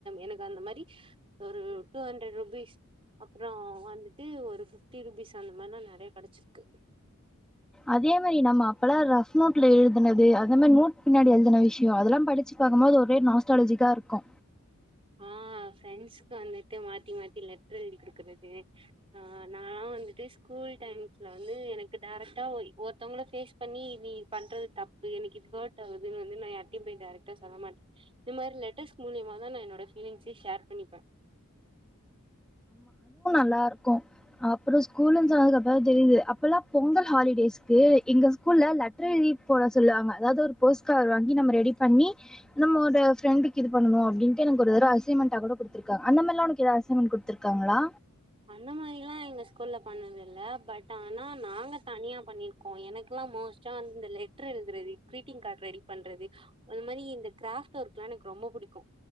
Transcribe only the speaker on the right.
எனக்கு அந்த மாரி ஒரு டுஹன்ட்ரட் ருபீஸ் அப்றோம் வந்துட்டு ஒரு ஃபிப்டி ருபீஸ் அந்த மாரி தான் நேறைய கிடைச்சிருக்கு
ஆ ஃபிரண்ட்ஸ் வந்துட்டுமாத்தி மாத்தி லெட்டர் எழுதி கொடுக்கறது ஆ நாலாம் வந்துட்டு ஸ்கூல் டைம்ஸ்ல வந்து எனக்கு ட்ரக்டா ஒருத்தவங்கள பேஸ் பண்ணி நீ பண்றது தப்பு எனிக்கு ஹாட் ஆகுதுன்னு வந்து நா யார் யிபே டைரெக்டா சொல்ல மாட்ட இந்த மாதிரி லெட்டர்ஸ் மூலியாமா வேனா என்னோட பீலிங்ஸ்சே ஷேர் பண்ணி ப
அந்த மாரில்லா இங்கஸ் குள்ள பண்ணது இல்ல பட் ஆ ஆனா நாங்க தனியா பண்ணிருக்கோ எனக்குல்லா மோஸ்ட்டா அந்த லெட்ர் எழுதுறது கிரீட்டிங் கார்டு ரெடி பண்றது அது மாரி இந்த கிராப்ட் ஒர்க் எல்லாம் எனக்கு ரொம்ப பிடிக்கோ